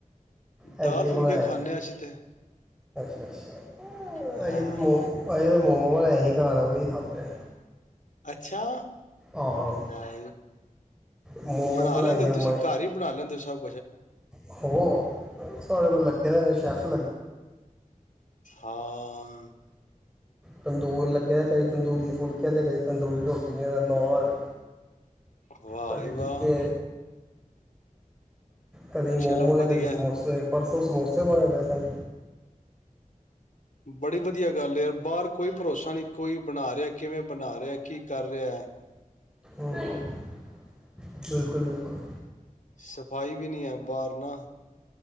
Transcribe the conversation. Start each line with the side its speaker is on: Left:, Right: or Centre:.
Centre: ਹੈ
Left: ਦਾਲ
Centre: ਕਿ
Left: ਫੁਲਕੇ
Centre: ਬਣਾਇਆ
Left: ਖਾਂਦੇ
Centre: ਸੀ
Left: ਹਾਂ ਅਸੀਂ ਤੇ
Centre: ਅੱਛਾ ਅੱਛਾ ਅਸੀਂ
Left: ਹਾਂ
Centre: ਤਾਂੋ ਅਸੀਂ ਤਾਂ ਮੋਮੋ ਸੀ ਘਰ <unintelligible>
Left: ਅੱਛਾ
Centre: ਆਹੋ
Left: ਵਾ
Centre: ਮੋਮੋ
Left: ਬਣਾ
Centre: ਬਣਾਏ
Left: ਲੈਂਦੇ
Centre: ਸੀ
Left: ਤੁਸੀਂ
Centre: ਮੈਂ
Left: ਘਰ ਹੀ ਬਣਾ ਲੈਂਦੇ ਹੋ ਸਗ
Centre: ਹੋ ਤੁਡੇ ਕੋਲ ਲੱਗਿਆ ਨੇ ਸ਼ੈਫ <unintelligible>
Left: <unintelligible>
Centre: ਤੰਦੂਰ ਲੱਗਿਆ ਕਦੇ ਤੰਦੂਰੀ ਫੁਲਕੇ ਕਦੇ ਬੇਸਨ ਤੰਦੂਰੀ ਰੋਟੀਆਂ ਨਾਨ
Left: ਵਾਹ
Centre: ਕਦੀ
Left: ਜੀ ਵਾਹ
Centre: ਟਿੱਕੇ ਕਦੀ
Left: ਚਲੋ
Centre: ਮੋਮੋ
Left: ਵਧੀਆ
Centre: ਕਦੀ ਸਮੋਸੇ ਪਰਸੋ ਸਮੋਸੇ ਕਿੱਥੇ ਬਣਦੇ ਸਨ
Left: ਬੜੀ ਵਧੀਆ ਗੱਲ ਹੈ ਯਾਰ ਬਾਹਰ ਕੋਈ ਭਰੋਸਾ ਨਹੀਂੀ ਕੋਈ ਬਣਾ ਰਿਹਾ ਕਿਵੇਂ ਬਣਾ ਰਿਹਾ ਕੀ ਕਰ ਰਿਹਾ ਹੈ
Centre: ਹਮ ਬਿਲਕੁਲ ਬਿਲਕੁਲ
Left: ਸਫਾਈ ਵੀ ਨਹੀਂ ਹੈ ਬਾਹਰ ਨਾ